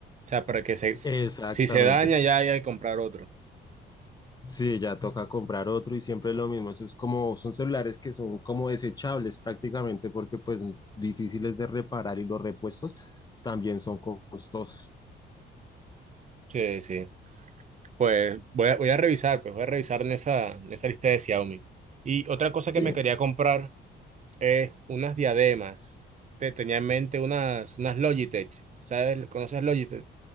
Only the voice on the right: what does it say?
sea, para que se,
si se daña ya hay que comprar otro.
Sí, sí. Pues voy a, voy a revisar, pues voy a revisar en esa, en esa lista de Xiaomi. Y otra cosa
que me quería comprar es unas diademas. Te tenía en mente unas, unas Logitech. ¿Sabes? ¿Conoces Logitech?